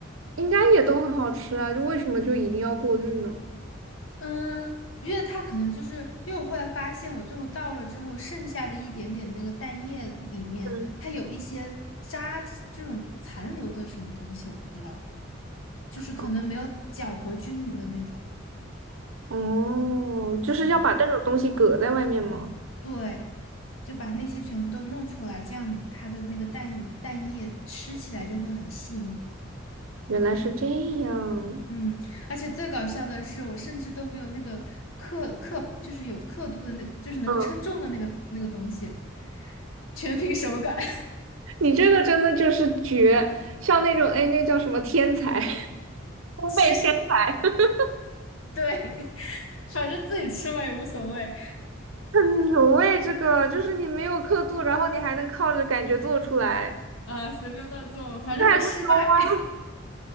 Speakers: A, on the right; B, on the left.
A: 应该也都很好吃啊，就为什么就一定要过滤呢？
B: 嗯，因为它可能就是因为我后来发现，我最后倒了之后，剩下的一点点那个蛋液里面，
A: 嗯，
B: 它有一些渣这种残留的什么东西，我不知道，就是可能没有搅和均匀的那种。
A: 哦，哦，就是要把这种东西搁在外面吗？
B: 嗯，对，就把那些全部都弄出来，这样子它的那个蛋蛋液吃起来就会很细腻。
A: 原来是这样。
B: 嗯，而且最搞笑的是，我甚至都没有那个刻刻，就是有刻度的那，就是能够称重的那个那个东西。
A: 嗯。
B: 全凭手感。<laughs>
A: 你这个真的就是绝，像那种哎，那叫什么天才，<laughs> 烘焙天才，
B: 其实
A: <laughs>
B: 对，反正自己吃嘛也无所谓
A: 很牛哎，这个就是你没有刻度，然后你还能靠着感觉做出来，
B: 啊，随便乱做，反正没失败。
A: 这还不牛吗？